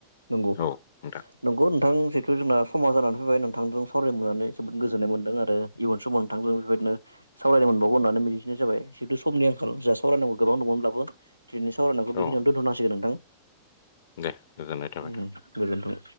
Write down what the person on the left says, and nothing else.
औ नोंथां
औ
दे गोजोननाय थाबाय।